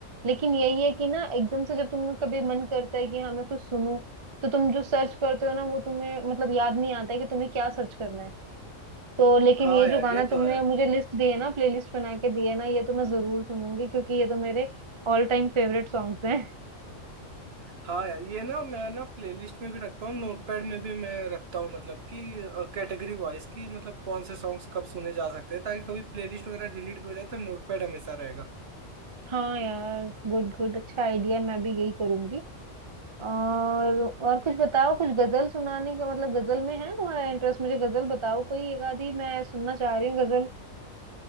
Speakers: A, on the right; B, on the right.
A: लेकिन यही है कि ना एकदम से जब तुम्हें कभी मन करता है कि हाँ मैं कुछ सुनूं तो तुम जो सर्च करते हो ना वो तुम्हें मतलब याद नहीं आता है कि तुम्हें क्या सर्च करना है तो लेकिन
B: हाँ
A: ये
B: यार
A: जो गाना
B: ये
A: तुमने
B: तो है
A: मुझे लिस्ट दी है ना प्लेलिस्ट बना के दी है ना ये तो मैं जरूर सुनूंगी क्योंकि ये तो मेरे ऑल टाइम फेवरेट सॉन्ग्स हैं <laughs>
B: हाँ यार ये ना मैं ना प्लेलिस्ट में भी रखता हूँ नोटपैड में भी मैं रखता हूँ मतलब कि कैटेगरी वाइज की मतलब कौन से सॉन्ग्स कब सुने जा सकते हैं ताकि कभी प्लेलिस्ट वगैरह डिलीट हो जाए तो नोटपैड हमेशा रहेगा
A: हाँ यार गुड गुड अच्छा आइडिया मैं भी यही करूंगी और और कुछ बताओ कुछ गजल सुनाने का मतलब गजल में है तुम्हारा इंटरेस्ट मुझे गजल बताओ कोई एक आधी मैं सुनना चाह रही हूँ गजल